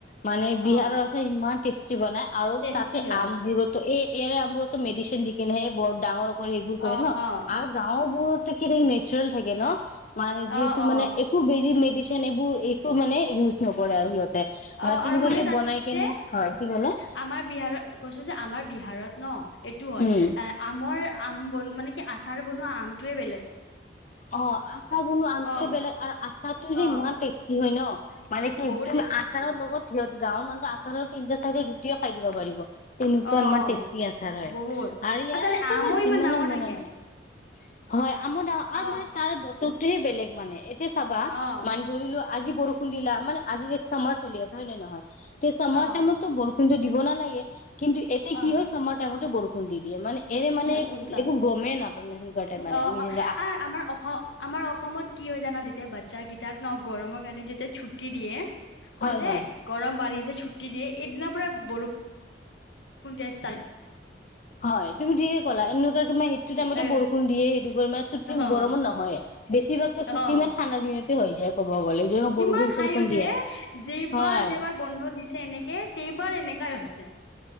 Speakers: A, on the left; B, on the left.
A: মানে বিহাৰৰ
B: অ
A: আচাৰ ইমান টেষ্টি বনাই আৰু
B: টেষ্টি
A: তাতে
B: হয়
A: আমবোৰতো এই ইয়াৰে আমোৰতো মেডিচিন দি কেনে সে বৰ ডাঙৰ কৰে সেইবোৰ কৰে
B: অ
A: ন
B: অ
A: আৰু গাঁৱৰ মোৰ তাকেটো নেচাৰেল থাকে ন মানে যিহেতু
B: অ অ
A: মানে একো বেজি এইবোৰ একো মানে ইউজ নকৰে আৰু সিহঁতে ম
B: অ
A: তেনেকুৱা
B: আৰু মানে
A: কি
B: তাতে
A: বনাই কেনে হয় কি কলে
B: আমাৰ বিহাৰত কৈছো যে আমাৰ বিহাৰত ন এইটো হয়
A: উম।
B: এ আমাৰ আম বন মান কি আচাৰ বনোৱা আমটোৱে বেলেগ হয়
A: অ আ আচাৰ বনোৱা আমটোয়ে
B: অ',
A: বেলেগ আৰু আচাৰটো যে
B: অ',
A: ইমান টেষ্টি হয় ন মানে কি
B: বহুত
A: একদম
B: টেষ্টি
A: আচাৰৰ
B: হয়।
A: লগত সিহত গাঁৱৰ মানুহে আছাৰে তিনিটা চাৰিটা ৰুটিও খাই দিব পাৰিব। তেনেকুৱা
B: অ',
A: ইমান
B: অ',
A: টেষ্টি আছাৰ হয়
B: বহুত
A: আৰু ইয়াৰ
B: তাৰে
A: আছাৰ
B: আমো
A: মই
B: ইমান
A: যিমানো
B: ডাঙৰ
A: বনালোঁ।
B: থাকে
A: হয়, আমো ডাঙৰ
B: অ',
A: আৰু মানে তাৰ বতৰটোহে বেলেগ মানে এতিয়া চাবা
B: অ',
A: মানে ধৰি লোৱা আজি বৰষুণ দিলা মানে আজি যে চামাৰ চলি আছে হয় নে নহয় তেই চামাৰ
B: অ',
A: টাইমতো বৰষুণ টো দিব নালাগে। কিন্তু, এতিয়া
B: অ',
A: কি হয়, চামাৰ টাইমতো বৰষুণ দি দিয়ে মানে এনে
B: উম,
A: মানে
B: উল্টা
A: একো গমেই নাপায় মানে সেনেকুৱা টাইপ
B: অ',
A: মানে আমি
B: অ',
A: যেনে
B: আহ আমাৰ অসম আমাৰ অসমত কি হয় জানা যেতিয়া বাচ্ছাকেইটাক ন গৰমৰ কাৰণে যেতিয়া ছুটি দিয়ে।
A: হয়
B: কৈ যে
A: হয়
B: গৰম বাৰী যে ছু্টি দিয়ে এইদিনাৰ পৰা বৰষুণ খুন্দষ্ট তাৰে
A: হয় তুমি যিকে ক'লা এনেকুৱাক সেইটো টাইমতে
B: এ
A: বৰষুণ দিয়ে স মানে চুটি
B: অ
A: গৰমত নহয়ে বেছিভাগটো
B: অ',
A: ছুটি ঠাণ্ডা দিনতে হৈ যায় গ'লে যেনে বৰষুণ
B: ইমান
A: চৰষুণ
B: হাঁহি উঠে
A: দিয়ে
B: যেবাৰ
A: হয়
B: যেবাৰ বন্ধ দিছে এনেকে এইবাৰ এনেকাই হৈছে